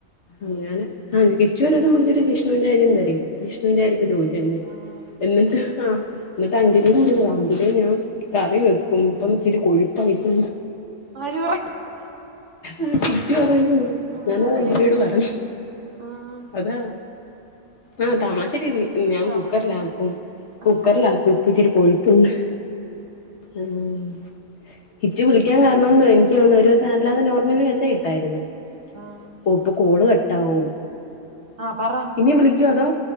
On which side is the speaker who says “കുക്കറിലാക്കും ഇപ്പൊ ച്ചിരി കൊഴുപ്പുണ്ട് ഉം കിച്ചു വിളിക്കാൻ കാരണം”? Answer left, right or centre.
Left